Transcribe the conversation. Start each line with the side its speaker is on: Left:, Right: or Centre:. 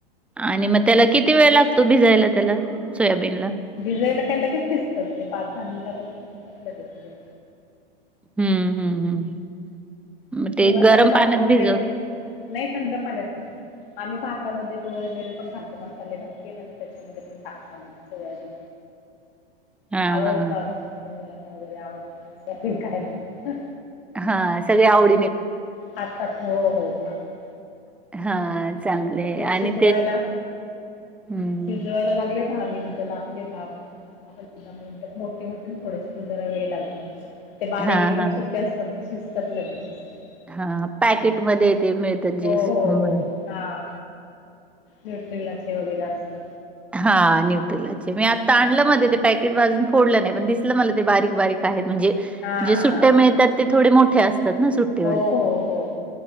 Centre: आणि मग त्याला किती वेळ लागतो भिजायला त्याला सोयाबीनला
Left: भिजयला काय लगेच भिसतच ते पाच दहा मिनिटामध्ये भिसतात लगेच ते
Centre: हम्म हम्म हम्
Left: तुम्ही
Centre: मग ते
Left: मसाले
Centre: गरम
Left: भात
Centre: पाण्यात
Left: वगैरे
Centre: भिजवत
Left: नाही संध पाण्याची आम्ही भातामध्ये गुळ वगैरे पण घालतो मसाले भात केला ना त्याच्यामध्ये पण टाकतो आम्ही सोयाबीन
Centre: हा
Left: आवडत
Centre: हा
Left: आमच्या मुलांना वगैरे आवडत ते <inaudible> खायला
Centre: हा सगळे आवड
Left: खातात हो हो खातात
Centre: हा चांगले
Left: म ते शिजवायला
Centre: आणि हम्म
Left: शिजवायला लागले दहा मिनिटं लागले दहा दहा पंधरा मिनिट मोठ हो थोडेसे जरा वेळ लागला ते बारीक
Centre: हा
Left: एकदम
Centre: हा
Left: छोटे असतात ते शिजतात लगेच ते
Centre: हा पॅकेटमध्ये ते मिळत <inaudible>
Left: हो हो
Centre: म्हणून
Left: हो हा न्यूट्रीलाचे वगैरे असतात
Centre: हा न्यूट्रलाचे मी आता
Left: हा
Centre: आणलं मध्ये ते पॅकेट अजून फोडल नाही पण दिसल मला ते बारीक बारीक आहेत म्हणजे
Left: हा
Centre: जे सुट्टे
Left: हा
Centre: मिळतात ते थोडे मोठे असतात ना सुट
Left: हो हो हो.